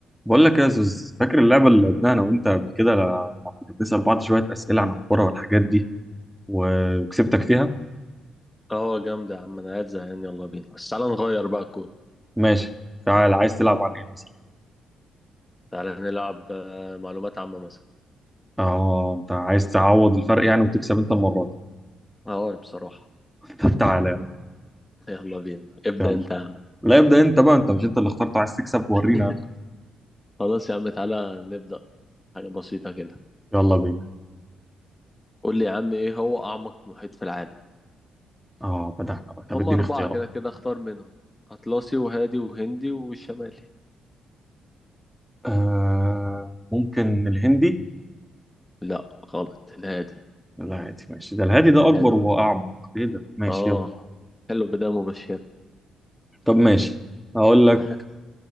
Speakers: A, in the centre; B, on the left (about 15°).
A: بقول لك يا زوز فاكر اللعبة اللي لعبناها أنا وأنت قبل كده لما كنا بنسأل بعض شوية أسئلة عن الكورة والحاجات دي و- وكسبتك فيها؟
B: اه جامدة يا عم انا قاعد زهقان يلا بينا بس تعالى نغير بقى الكورة
A: ماشي تعال عايز تلعب عن إيه مثلا؟
B: تعالى نلعب آه، معلومات عامة مثلا
A: آه أنت عايز تعوض الفرق يعني وتكسب أنت المرة دي
B: اه بصراحة
A: <laughs> طب تعالى
B: يلا بينا ابدأ
A: يا عم.
B: انت
A: يلا
B: يا عم
A: لا ابدأ أنت بقى أنت مش أنت اللي اخترت عايز تكسب ورينا
B: <laughs> خلاص يا عم تعالى نبدأ حاجة بسيطة كده
A: يلا بينا
B: قول لي يا عم ايه هو أعمق محيط في العالم
A: آه بدأنا بقى طب
B: هم
A: اديني
B: أربعة
A: اختيارات
B: كده كده اختار منهم أطلسي وهادي وهندي والشمالي
A: آه ممكن الهندي؟
B: لا غلط الهادي
A: لا عادي ماشي ده الهادي ده أكبر
B: حلو
A: وأعمق إيه ده؟ ماشي
B: اه
A: يلا
B: حلو بداية مبشرة
A: طب ماشي هقول
B: <laughs>
A: لك